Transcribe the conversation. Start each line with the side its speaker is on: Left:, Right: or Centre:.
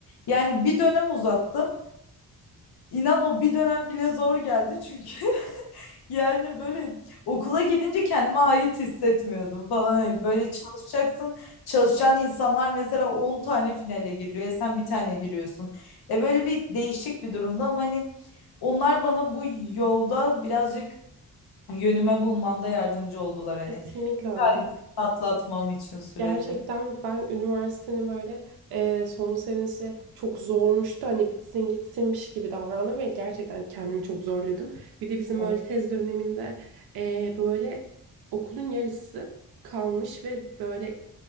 Left: Yani bir dönem uzattım. İnan o bir dönem bile zor geldi çünkü <laughs> Yani böyle okula gidince kendime ait hissetmiyordum falan. Hani
Right: Evet.
Left: Böyle çalışacaksın. Çalışacağın insanlar mesela 10 tane finale giriyor. E sen bir tane giriyorsun. E böyle bir değişik bir durumda ama hani onlar bana bu yolda birazcık yönüme bulmamda yardımcı oldular hani.
Right: Kesinlikle öyle.
Left: Kaygısını atlatmam için sürece.
Right: Gerçekten ben üniversitenin böyle eee, son senesi çok zormuştu. Hani bitsin gitsinmiş gibi davrandım ve gerçekten kendimi çok zorladım. Bir de bizim
Left: Evet,
Right: böyle tez döneminde eee, böyle okulun yarısı kalmış ve böyle